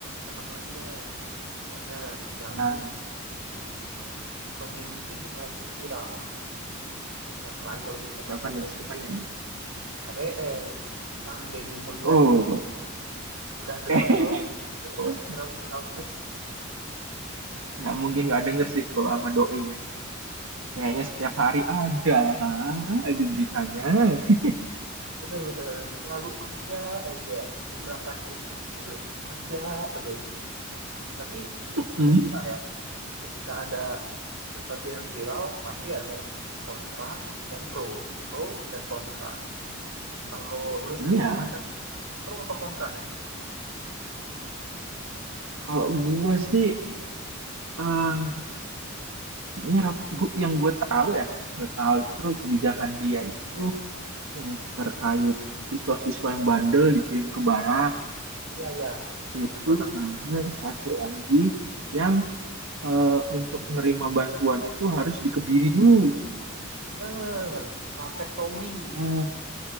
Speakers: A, on the right (about 60°); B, on the right (about 75°).
A: ketemu lagi deh. Kayaknya siang
B: Ah,
A: ini kita ngobrolin pemimpin yang lagi viral. Siapa lagi
B: us,
A: kalau bukan
B: siapa
A: KD,
B: nih? Siapa nih?
A: KDM, Kang Deddy Mulyadi.
B: Oh,
A: Udah denger
B: <laughs>
A: kan lo? Beritanya
B: oh,
A: viral-viral terus.
B: us, nggak mungkin nggak denger sih kalau sama doi nih. Kayaknya setiap hari ada aja beritanya. <laughs>
A: Bener-bener selalu ada aja gebrakan YouTube-nya itu ada terus. Tapi ya
B: Mm,
A: biasa lah ya. Ketika ada sesuatu yang viral, pasti ada kontra dan pro, pro dan kontra. Kalau lu sendiri
B: Iya,
A: mandang pro apa kontra deh?
B: kalau gue sih eh, kayaknya rat- gu- yang gue tahu ya, yang gue tahu itu kebijakan dia itu yang terkait siswa-siswa yang bandel dikirim ke barak
A: Iya, iya. Iya,
B: itu
A: gue tahu.
B: sama satu lagi yang eh, untuk menerima bantuan itu harus dikebiri dulu.
A: Bener. Vasektomi.
B: Nah,